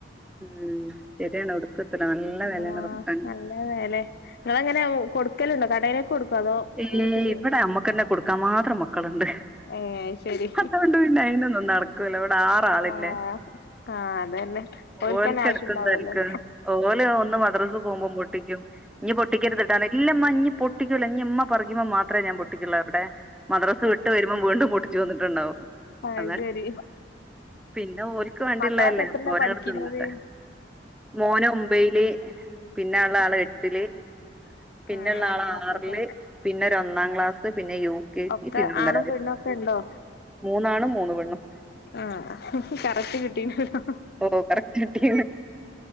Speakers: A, in the centre; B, on the left (about 60°).
A: ഉം ശരിയാണ് എവ്ട്ക്കും എത്തൂല നല്ല വെലേണ്
B: ആഹ്
A: റംബുട്ടാന്
B: നല്ല വേലെ ഞാന് റ്റം കൊടുക്കല്ണ്ടോ കടേല് കൊടുക്വോ അതോ
A: ഏയ്
B: വീട്ടില്
A: ഇവിടെ ഞമ്മക്കന്നെ കൊടുക്കാൻ മാത്രം മക്കള്ണ്ട്
B: ഏഹ് അത് ശരി
A: അതുകൊണ്ട് പിന്നെ അയ്നൊന്നും നടക്കൂലാ ഇവിടെ ആറാളില്ലേ
B: ആഹ് ആഹ് അതന്നെ ഓൽക്കന്നെ
A: ഓൽക്കെടുക്കും
B: ആവശ്യണ്ടാവല്ലോലേ
A: തനിക്ക് ഓല് ഒന്ന് മദ്റസ പോകുമ്പോം പൊട്ടിക്കും ഇനി പൊട്ടിക്കരുത്ട്ടാ ഇല്ല്മ്മ ഇനി പൊട്ടിക്കൂല്ല ഇനിയ്മ്മ പറയ്മ്പോ മാത്രേ ഞാൻ പൊട്ടിക്കുള്ളൂ എവിടേ മദ്റസ വിട്ട് വരുമ്പോം വീണ്ടും പൊട്ടിച്ചു വന്നിട്ട്ണ്ടാവും
B: അത്
A: അതെ
B: ശരി
A: പിന്നെ ഓൽക്ക് വേണ്ടിയ്ള്ളയല്ലേ
B: മക്കളൊക്കെ എത്രയിലാ
A: അപ്പോരങ്ങട്
B: പഠിക്കുന്നത്
A: തിന്നട്ടെ മോനൊമ്പയ്ല് പിന്നള്ളാള്
B: ആഹ്
A: എട്ടില് പിന്നള്ളാള്
B: ആഹ് അങ്ങനെ അങ്ങോട്ടേക്കാ
A: ആറില് പിന്നൊരൊന്നാം ക്ലാസ് ത്ത്പിന്നെ യൂ കെ
B: ഒക്കെ
A: ജീ പിന്നൊന്നരവയസ്
B: ആണും പെണ്ണും ഒക്കെ ഉണ്ടോ
A: മൂന്നാണും മൂന്ന് പെണ്ണും
B: ആഹ് കറക്റ്റ് കിട്ടീൺണ്ടല്ലോ
A: ഓഹ് കറക്റ്റ് കിട്ടീ